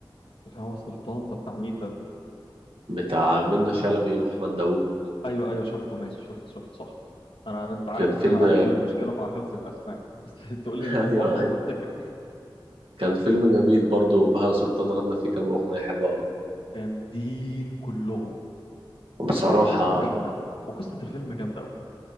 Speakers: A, on the left; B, on the right.
A: الهوى سلطان ده بتاع مين ده
B: بتاع منة شلبي واحمد داوود
A: ايوه ايوه شفته ماشي شفت شفت صح انا أنا- انت عارف
B: كان فيلم
A: ان انا عندي مشكله مع حفظ الاسماء <laughs> بس تقول
B: <laughs>
A: لي الموضوع
B: ايوه
A: بقى
B: ايوه
A: بفتكر
B: كان فيلم جميل برضه بهاء سلطان غنى فيه كام اغنيه حلوه قوي
A: جامدين كلهم
B: بصراحه
A: والقصه جامده وقصه الفيلم جامده قوي